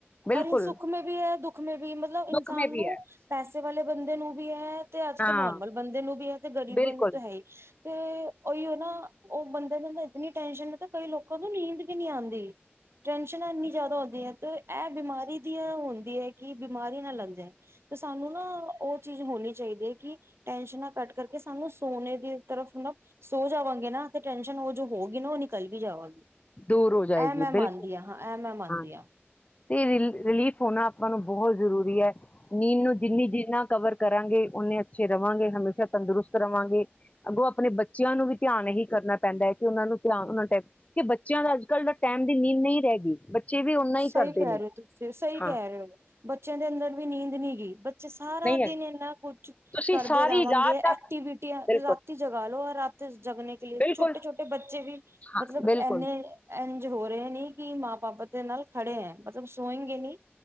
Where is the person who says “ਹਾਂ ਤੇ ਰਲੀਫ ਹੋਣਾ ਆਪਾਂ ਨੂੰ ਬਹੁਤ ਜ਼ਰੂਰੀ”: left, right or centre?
Left